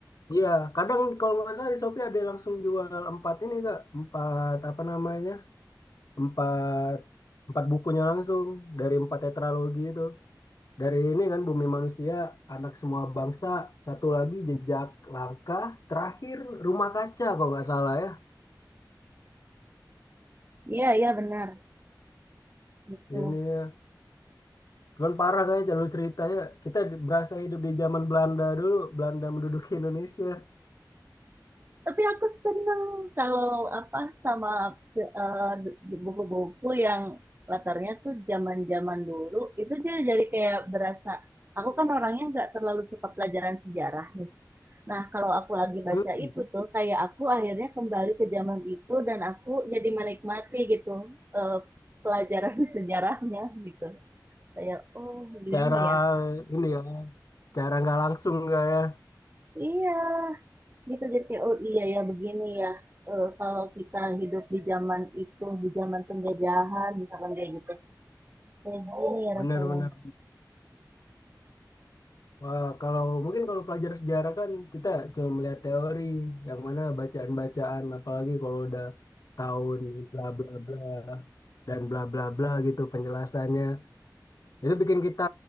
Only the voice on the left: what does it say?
Iya, kadang kalau nggak salah di Shopee ada yang langsung jual empat ini kak, empat apa namanya, empat empat bukunya langsung dari empat tetralogi itu dari ini kan Bumi Manusia Anak Semua Bangsa satu lagi Jejak Langkah terakhir Rumah Kaca kalau nggak salah ya
ini ya. cuman parah kayaknya jalur ceritanya kita di- berasa hidup di zaman Belanda dulu Belanda menduduki Indonesia
Hmm,
cara
ini ya cara nggak langsung nggak ya
bener-bener
Wah, kalau mungkin kalau pelajar sejarah kan kita cuma melihat teori yang mana bacaan-bacaan apalagi kalau udah tahun bla bla bla dan bla bla bla gitu penjelasannya itu bikin kita